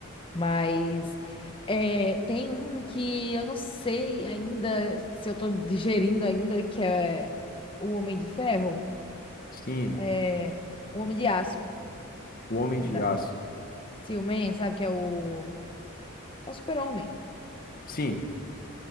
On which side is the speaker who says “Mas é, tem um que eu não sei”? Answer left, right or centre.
Left